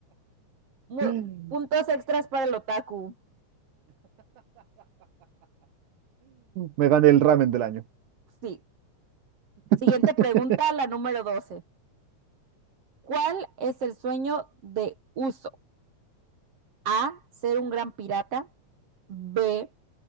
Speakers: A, on the right (about 55°); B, on the right (about 80°).
A: Mu-
B: <laughs>
A: puntos extras para el otaku.
B: Me gané el ramen del año.
A: Sí. Siguiente
B: <laughs>
A: pregunta, la número 12. ¿Cuál es el sueño de Uso? A, ser un gran pirata. B,